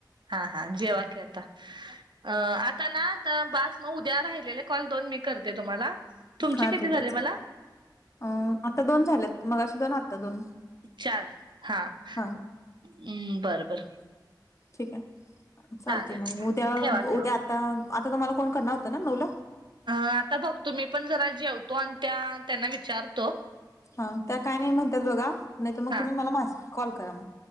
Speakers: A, on the right; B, on the left.
A: हा हा, जेवा की आता, अ.. आता ना आता बास. मग उद्या राहिलेले कॉल दोन मी करते तुम्हाला. तुमचे
B: हा
A: किती
B: ठीक आहे
A: झाले
B: चालेल.
A: मला
B: अ... आता दोन झालेत मगाशी दोन आता दोन.
A: चार हा,
B: हा
A: हम बरं बरं.
B: ठीक आहे, चालते
A: चालेल
B: मग उद्या
A: ठेवा ठेवा
B: उद्या. आता तुम्हाला कोण करणार होतं ना नऊला.
A: अ आता बघतो मी पण जरा जेवतो, आणि त्या त्यांना विचारतो.
B: हा त्या काय नाही म्हणत्यात बघा, नाही तर मग
A: हा
B: तुम्ही मला मा कॉल करा मग.